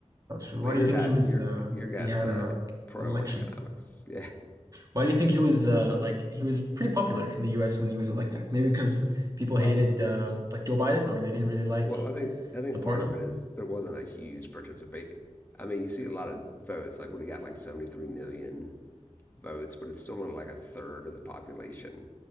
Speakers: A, on the right (about 30°); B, on the left (about 15°).
A: That's true.
B: but
A: Why do
B: your
A: you think
B: guys,
A: he was
B: your
A: uh
B: your guys,
A: he had
B: uh,
A: a
B: pro
A: election?
B: on economics. Yeah.
A: Why do you think he was uh, like he was pretty popular in the U.S. when he was elected? Maybe because people
B: Well,
A: hated uh, like Joe Biden, or they didn't really like
B: Well, I think I think
A: the party.
B: part of it is there wasn't a huge participate. I mean, you see a lot of votes, like when he got like 73 million votes, but it's still only like a third of the population